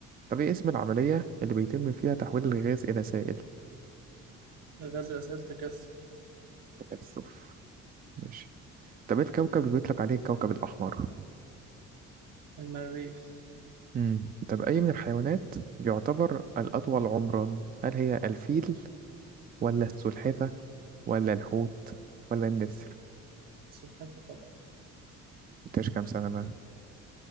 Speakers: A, on the right; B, on the right.
A: طب ايه اسم العملية اللي بيتم فيها تحويل الغاز إلى سائل
B: الغاز الأساسي تكثف
A: تكثف ماشي طب ايه الكوكب اللي بيطلق عليه الكوكب الأحمر
B: المريخ
A: مم. طب أي من الحيوانات يعتبر الأطول عمرا هل هي الفيل ولا السلحفة ولا الحوت ولا النسر
B: سلحفاة طبعا
A: مبقاش كام سنة بقى